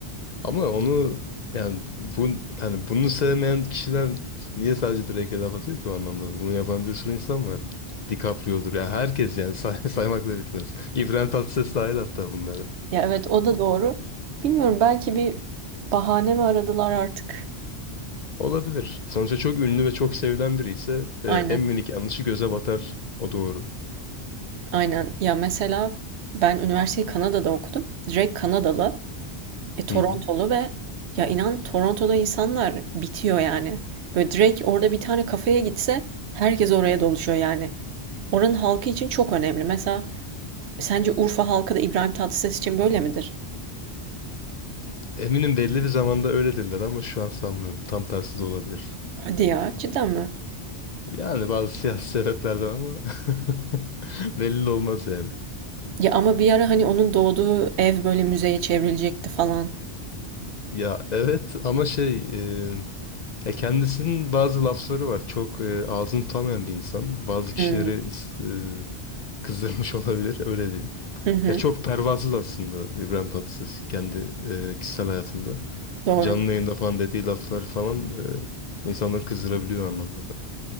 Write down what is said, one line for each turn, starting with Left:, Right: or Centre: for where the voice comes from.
Left: Ama onu yani bu yani bunu sevmeyen kişiler niye sadece Drake'e laf atıyor ki o anlamda? Bunu yapan bir sürü insan var. DiCaprio'dur. Ya herkes yani say <laughs> saymakla bitmez. İbrahim Tatlıses dahil hatta bunlara.
Right: Ya evet o da doğru. Bilmiyorum belki bir bahane mi aradılar artık?
Left: Olabilir. Sonuçta çok ünlü ve çok sevilen biri ise e,
Right: Aynen.
Left: en minik yanlışı göze batar. O doğru.
Right: Aynen. Ya mesela ben üniversiteyi Kanada'da okudum. Direkt Kanadalı, e, Torontolu
Left: Hı hı.
Right: ve ya inan Toronto'da insanlar bitiyor yani. Böyle direkt orada bir tane kafeye gitse herkes oraya doluşuyor yani. Oranın halkı için çok önemli. Mesela Sence Urfa halkı da İbrahim Tatlıses için böyle midir?
Left: Eminim belli bir zamanda öyle dediler ama şu an sanmıyorum. Tam tersi de olabilir.
Right: Hadi ya, cidden mi?
Left: Yani bazı siyasi sebeplerden ama <laughs> belli de olmaz yani.
Right: Ya ama bir ara hani onun doğduğu ev böyle müzeye çevrilecekti falan.
Left: Ya evet ama şey e, ya kendisinin bazı lafları var. Çok e, ağzını tutamayan bir insan. Bazı kişileri
Right: Hmm.
Left: is- e, kızdırmış <laughs> olabilir öyle diyeyim.
Right: Hı hı.
Left: Ya çok pervasız aslında İbrahim Tatlıses kendi e, kişisel hayatında.
Right: Doğru.
Left: Canlı yayında falan dediği laflar falan e, insanları kızdırabiliyor o anlamda